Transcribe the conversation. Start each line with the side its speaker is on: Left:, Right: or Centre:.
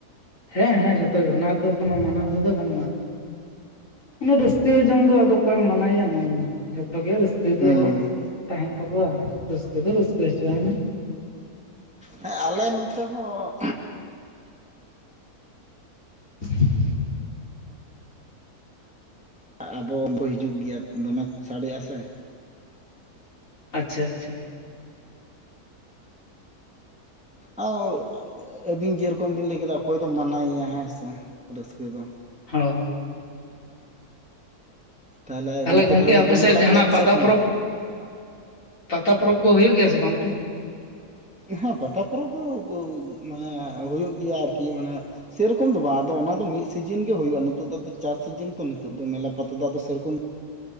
Left: ᱦᱮᱸ ᱦᱮᱸ ᱡᱷᱚᱛᱚ ᱜᱮ ᱚᱱᱟ ᱨᱮᱫᱚ ᱠᱳᱱᱳ ᱢᱟᱱᱟᱵᱟᱫᱷᱟ ᱫᱚ ᱵᱟᱹᱱᱩᱜᱼᱟ ᱚᱱᱮ ᱨᱟᱹᱥᱠᱟᱹ ᱡᱚᱝ ᱫᱚ ᱟᱫᱚ ᱚᱠᱚᱭᱮᱢ ᱢᱟᱱᱟᱭᱮᱭᱟ ᱢᱟ ᱞᱟᱹᱭ ᱢᱮ ᱡᱷᱚᱛᱚ ᱜᱮ ᱨᱟᱹᱥᱠᱟᱹ ᱨᱟᱹᱥᱠᱟᱹ ᱫᱚ
Centre: ᱦᱩᱸ
Left: ᱛᱟᱦᱮᱸᱱ ᱛᱟᱠᱚᱣᱟ ᱨᱟᱹᱥᱠᱟᱹ ᱫᱚ ᱨᱟᱹᱥᱠᱟᱹ ᱦᱚᱪᱚᱣᱟᱭ ᱢᱮ
Centre: ᱦᱮᱸ ᱟᱞᱮ ᱱᱚᱸᱛᱮ ᱦᱚᱸ
Left: <unintelligible>
Centre: ᱟᱵᱚ ᱠᱚ ᱦᱤᱡᱩᱜ ᱜᱮᱭᱟ ᱫᱚᱢᱮᱠ ᱥᱟᱰᱮᱭᱟ ᱥᱮ
Left: ᱟᱪᱪᱷᱟ ᱟᱪᱪᱷᱟ
Centre: ᱟᱣ ᱟᱹᱵᱤᱱ ᱡᱮᱨᱚᱠᱚᱢ ᱵᱤᱱ ᱞᱟᱹᱭ ᱠᱮᱫᱟ ᱚᱠᱚᱭ ᱫᱚᱢ ᱢᱟᱱᱟᱭᱮᱭᱟ ᱦᱮᱸ ᱥᱮ ᱨᱟᱹᱥᱠᱟᱹ ᱫᱚ᱾
Left: ᱦᱚᱸ
Centre: ᱛᱟᱦᱚᱞᱮ ᱜᱚᱢᱠᱮ
Left: ᱜᱚᱝᱠᱮ
Centre: ᱛᱟᱦᱚᱞᱮ
Left: ᱟᱯᱮ ᱥᱮᱫ
Centre: ᱡᱚᱢ ᱵᱟᱲᱟ
Left: ᱡᱟᱦᱟᱱᱟᱜ
Centre: ᱠᱮᱫᱟ ᱵᱤᱱ
Left: ᱯᱟᱛᱟ
Centre: ᱥᱮ ᱮᱠᱷᱚᱱᱚ
Left: ᱯᱚᱨᱚᱵᱽ
Centre: ᱟᱹᱣᱨᱤ?
Left: ᱯᱟᱛᱟ ᱯᱚᱨᱚᱵᱽ ᱠᱚ ᱦᱩᱭᱩᱜ ᱜᱮᱭᱟ ᱥᱮ ᱵᱟᱝ ᱚᱱᱛᱮ
Centre: ᱦᱮᱸ ᱯᱟᱛᱟ ᱯᱚᱨᱚᱵᱽ ᱫᱚ ᱢᱟᱱᱮ ᱦᱳᱭᱳᱜ ᱜᱮᱭᱟ ᱟᱨᱠᱤ ᱢᱟᱱᱮ, ᱥᱮᱨᱚᱠᱚᱢ ᱫᱚ ᱵᱟᱝ ᱟᱫᱚ ᱚᱱᱟ ᱫᱚ ᱢᱤᱫ ᱥᱤᱡᱤᱱ ᱜᱮ ᱦᱳᱭᱳᱜᱼᱟ ᱱᱤᱛ ᱫᱚ ᱟᱫᱚ ᱪᱟᱥ ᱥᱤᱡᱤᱱ ᱛᱚ ᱱᱤᱛᱤᱜ ᱫᱚ ᱢᱮᱞᱟ ᱯᱟᱛᱟ ᱫᱚ ᱟᱫᱚ ᱥᱮᱨᱚᱠᱚᱢ